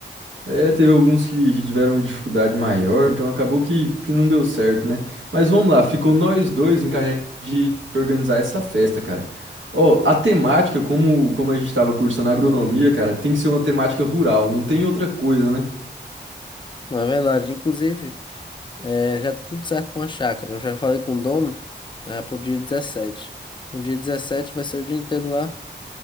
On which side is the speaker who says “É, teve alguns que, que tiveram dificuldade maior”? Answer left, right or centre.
Right